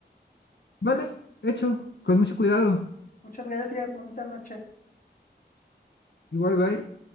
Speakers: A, on the left; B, on the left.
A: Vale, hecho, con mucho cuidado.
B: Muchas gracias, bonita noche.
A: Igual, bye.